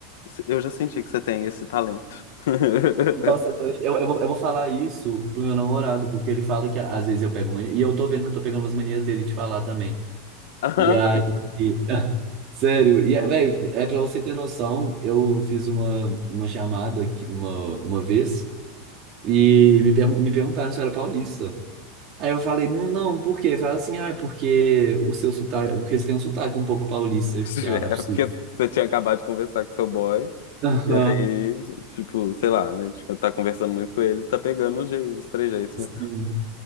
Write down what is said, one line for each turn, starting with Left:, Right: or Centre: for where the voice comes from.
Left: eu já senti que você tem esse talento. <laughs>
Right: Nossa, adorei. eu, eu, vou, eu vou falar isso pro meu namorado, porque ele fala que às vezes eu pego mania, e eu tô vendo que eu tô pegando umas manias dele de falar também.
Left: <laughs>
Right: E aí, <laughs> sério, e, é, velho, é pra você ter noção, eu fiz uma, uma chamada aqui uma, uma vez e me, pergun- me perguntaram se eu era paulista. Aí eu falei, não, por quê? Falaram assim, ah, é porque o seu sotaque, porque eles têm um sotaque um pouco paulista. Eu
Left: <laughs>
Right: fiquei, ah, não
Left: É
Right: é possível.
Left: porque você tinha acabado de conversar com seu boy,
Right: <laughs> Aham,
Left: e aí, tipo, sei lá, né? Tipo, tá conversando muito com ele, tá pegando os jeitos, os trejeitos,
Right: Sim.
Left: né?